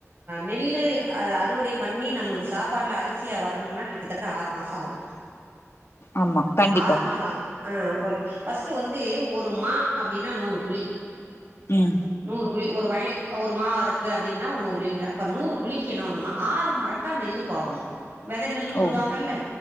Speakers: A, on the right; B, on the left.
A: நெல்லு அத அறுவடை பண்ணி நம்மளுக்கு சாப்பாடுல அரிசியா வரணும்னா கிட்டத்தட்ட ஆறு மாசம் ஆகு
B: ஆமா கண்டிப்பா
A: ஆறு மாதம் ஆகு ஆ ஓ ஃபஸ்ட் வந்து ஒரு மா அப்படின்னா நூறு குழி
B: ம்
A: நூறு குழி ஒரு வயல் ஒரு மா இருக்கு அப்டின்னா நூறு குழிங்கிற அப்ப நூறு குழிக்கு என்னண்ணுனா ஆறு மரக் க நெல் பவுண் வித நெல்லுனு சொல்வாங்கல
B: ஓ